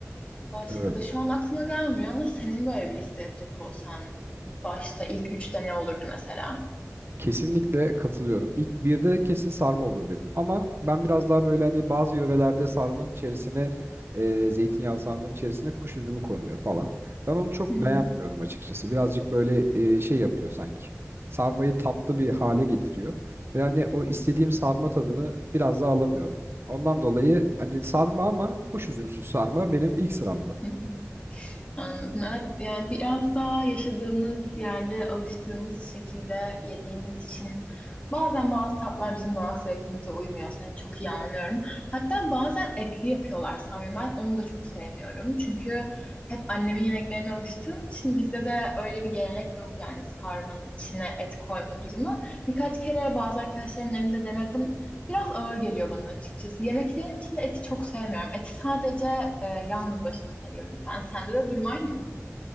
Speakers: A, on the left (about 25°); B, on the right (about 50°).
A: Başka
B: Evet.
A: da şu an aklıma gelmiyor ama senin böyle bir liste yapacak olsan başta ilk üçte ne olurdu mesela?
B: Kesinlikle katılıyorum. İlk birde kesin sarma olur benim. Ama ben biraz daha böyle hani bazı yörelerde sarmanın içerisine e, zeytinyağlı sarmanın içerisine kuş üzümü konuyor falan. Ben onu çok
A: Hı
B: beğenmiyorum açıkçası. Birazcık böyle e, şey yapıyor sanki. Sarmayı tatlı bir hale getiriyor. Ve hani o istediğim sarma tadını biraz daha alamıyorum. Ondan dolayı hani sarma ama kuş üzümsüz sarma benim ilk sıramda.
A: hı. Anladım. Evet, yani biraz daha yaşadığımız yerde alıştığımız şekilde yediğimiz için bazen bazı tatlar bizim damak zevkimize uymuyor. Seni çok iyi anlıyorum. Hatta bazen etli yapıyorlar sanırım. Ben onu da çok sevmiyorum. Çünkü hep annemin yemeklerine alıştığım için bizde de öyle bir gelenek yok yani sarmanın içine et koyma durumu. Birkaç kere bazı arkadaşlarımın evinde denedim. Biraz ağır geliyor bana açıkçası. Yemeklerin içinde eti çok sevmiyorum. Eti sadece e, yalnız başına seviyorum ben. Sende de durum aynı mı?